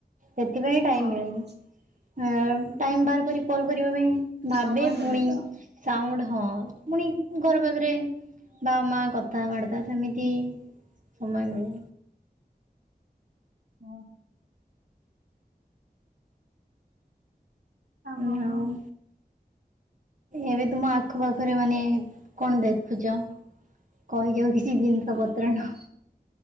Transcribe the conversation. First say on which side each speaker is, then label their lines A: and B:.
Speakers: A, on the right; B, on the right.
A: ସେଥିପାଇଁ ଟାଇମ୍
B: ହଁ
A: ମିଳୁନି ଅଁ ଟାଇମ୍ ବାହାରକରି କଲ୍ କରିବା ପାଇଁ ଭାବେ
B: ସମୟ ମିଳୁନି
A: ପୁଣି
B: ତ
A: ସାଉଣ୍ଡ ହଁ ପୁଣି ଘର ପାଖରେ ବା ମା କଥାବାର୍ତ୍ତା ସେମିତି ସମୟ ମିଳେ
B: ହଁ।
A: ଓହୋ
B: କଣ କୁହ?
A: ଆଉ? ଏବେ ତୁମ ଆଖ ପାାଖରେ ମାନେ କଣ ଦେଖୁଚ କହିଯାଉ କି କି ଦିନିଷ
B: ଆଖ
A: ପତ୍ର ନ
B: ପାଖ